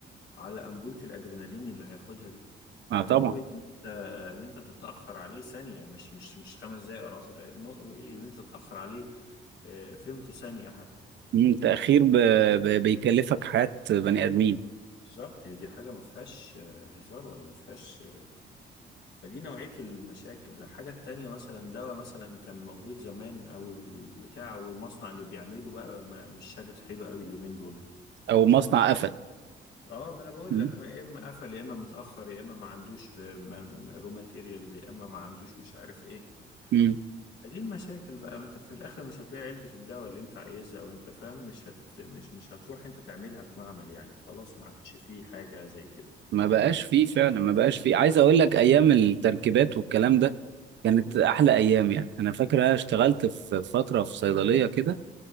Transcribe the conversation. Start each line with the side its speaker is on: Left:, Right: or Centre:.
Left: على انبولة الادرينالين اللي هياخدها دي
Right: اه
Left: فنوي
Right: طبعا
Left: ان انت ان انت تتاخر عليه ثانيه مش مش مش خمس دقائق ولا 10 دقائق نوي ان انت تتاخر عليه آه، فهمته ثانيه حتى
Right: مم، تأخير ب... ب... بيكلفك حياة بني آدمين
Left: بالظبط هي دي حاجه ما فيهاش آه، هزار ولا ما فيهاش فدي نوعية المشاكل الحاجة التانية مثلا دواء مثلا كان موجود زمان أو البتاع أو المصنع اللي بيعمله بقى ما مش شادد حلو قوي اليومين دولت
Right: أو مصنع قفل
Left: اه ما انا بقول
Right: مم،
Left: لك ما يا اما قفل يا اما متاخر يا اما ما عندوش رو ماتيريالز يا اما ما عندوش مش عارف ايه
Right: مم.
Left: دي المشاكل بقى انت في الاخر مش هتلاقي علبه الدواء اللي انت عايزها وانت فاهم مش هت مش مش هتروح انت تعملها في معمل يعني خلاص ما عادش فيه حاجه زي كده
Right: ما بقاش فيه فعلا ما بقاش فيه عايز أقول لك أيام التركيبات والكلام ده كانت
Left: مم.
Right: أحلى أيام يعني أنا فاكر أنا اشتغلت في فترة في صيدلية كده